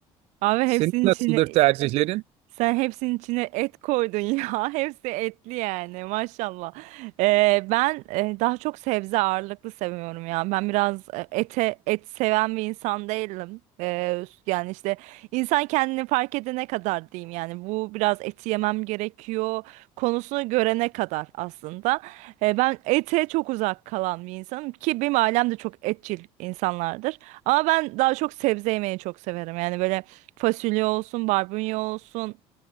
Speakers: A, on the right; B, on the right.
A: Abi hepsinin
B: Senin nasıldır
A: içine
B: tercihlerin?
A: Sen hepsinin içine et koydun ya. <laughs> Hepsi etli yani maşallah. Ee, ben e, daha çok sebze ağırlıklı seviyorum ya. Ben biraz e, ete et seven bir insan değilim. Ee, yani işte insan kendini fark edene kadar diyeyim yani bu biraz eti yemem gerekiyor konusunu görene kadar aslında. Ee, ben ete çok uzak kalan bir insanım ki benim ailem de çok etçil insanlardır. Ama ben daha çok sebze yemeyi çok severim. Yani böyle fasulye olsun, barbunya olsun.